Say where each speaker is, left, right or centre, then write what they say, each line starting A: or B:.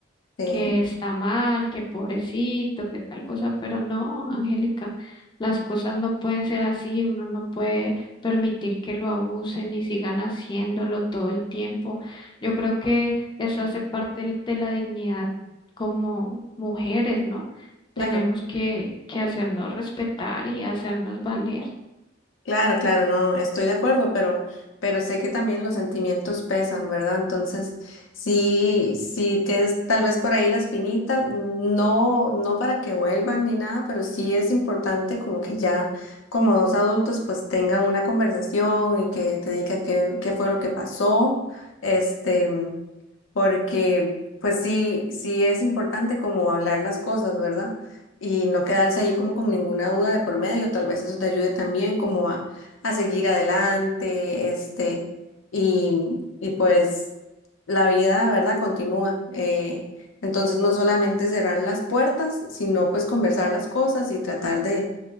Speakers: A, on the left; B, on the left.
A: Sí,
B: que está mal, que pobrecito, que tal cosa, pero no, Angélica, las cosas no pueden ser así, uno no puede permitir que lo abusen y sigan haciéndolo todo el tiempo. Yo creo que eso hace parte del- de la dignidad como mujeres, ¿no? Tenemos
A: claro,
B: que, que hacernos respetar y hacernos valer.
A: claro, claro, no, estoy de acuerdo, pero, pero sé que también los sentimientos pesan, ¿verdad? Entonces, sí, sí tienes tal vez por ahí la espinita, no, no para que vuelvan ni nada, pero sí es importante como que ya como dos adultos pues tengan una conversación y que te diga qué, qué fue lo que pasó. Este, porque pues sí, sí es importante como hablar las cosas, ¿verdad? Y no quedarse ahí como con ninguna duda de por medio, tal vez eso te ayude también como a, a seguir adelante, este, y, y pues la vida, ¿verdad? Continúa. eh, entonces no solamente cerrar las puertas, sino pues conversar las cosas y tratar de,